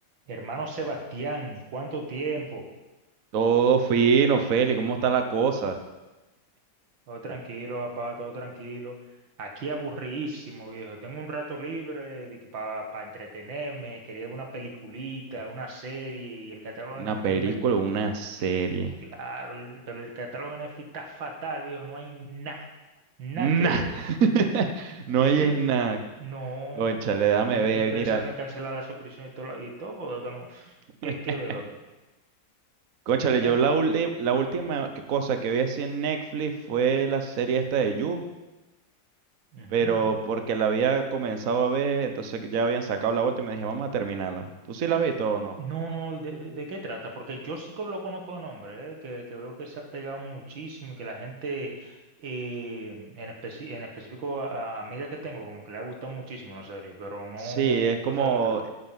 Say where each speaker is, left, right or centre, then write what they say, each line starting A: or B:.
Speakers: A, on the right (about 85°); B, on the right (about 50°).
A: Hermano Sebastián, ¿cuánto tiempo?
B: Todo fino, Feli, ¿cómo está la cosa?
A: Todo tranquilo, papá, todo tranquilo. Aquí aburridísimo, viejo. Tengo un rato libre para entretenerme. Quería ver una peliculita, una serie y el catálogo
B: ¿Una
A: de Netflix
B: película
A: me...
B: o una serie?
A: Claro, el- pero el catálogo de Netflix está fatal, viejo. No hay nada, nada
B: Nah,
A: que ver.
B: <laughs> no
A: Estoy
B: hay
A: pe-
B: es nada.
A: No,
B: Cónchale,
A: estoy,
B: dame ver,
A: estoy pensando
B: mira.
A: en cancelar la suscripción y todo, lo- y todo porque no, pff, ¿qué,
B: <laughs>
A: qué veo aquí?
B: Cónchale,
A: Dime.
B: yo la, ulti- la última que- cosa que vi así en Netflix fue la serie esta de You,
A: Ujú.
B: pero porque la había comenzado a ver, entonces ya habían sacado la última y me dije, vamos a terminarla. ¿Tú sí
A: Di-
B: la has visto o no?
A: No, no, ¿de, de- de qué trata? Porque yo sí con- lo conozco de nombre, ¿eh? Que, que veo que se ha pegado muchísimo y que la gente, eh, en especi- en específico a, a amigas que tengo, como que le ha gustado muchísimo la serie, pero no,
B: Sí,
A: no
B: es como,
A: sé de qué trata.